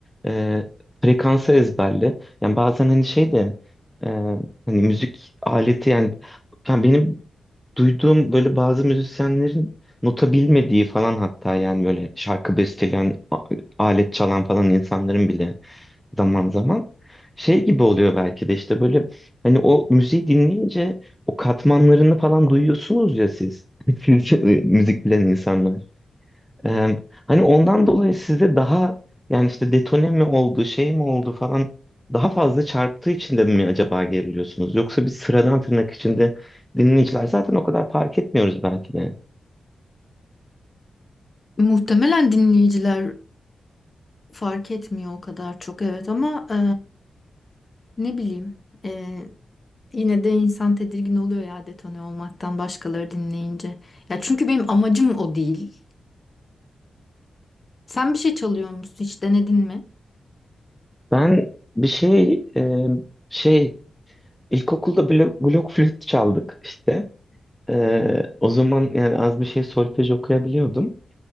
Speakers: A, in the centre; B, on the left.
A: e, frekansı ezberle. Yani bazen hani şey de e, hani müzik aleti yani, yani benim duyduğum böyle bazı müzisyenlerin nota bilmediği falan hatta yani böyle şarkı besteleyen a- alet çalan falan insanların bile zaman zaman şey gibi oluyor belki de işte böyle hani o müziği dinleyince o katmanlarını falan duyuyorsunuz ya siz. <laughs> Siz e, müzik bilen insanlar. Ee, hani ondan dolayı sizde daha yani işte detone mi oldu şey mi oldu falan daha fazla çarptığı için de mi acaba geriliyorsunuz? Yoksa biz sıradan tırnak içinde dinleyiciler zaten o kadar fark etmiyoruz belki de.
B: Muhtemelen dinleyiciler fark etmiyor o kadar çok, evet ama e, ne bileyim e, yine de insan tedirgin oluyor ya detone olmaktan başkaları dinleyince. Ya çünkü benim amacım o değil. Sen bir şey çalıyor musun? Hiç denedin mi?
A: Ben bir şey e, şey ilkokulda blok, blok flüt çaldık işte. Ee, o zaman yani az bir şey solfej okuyabiliyordum.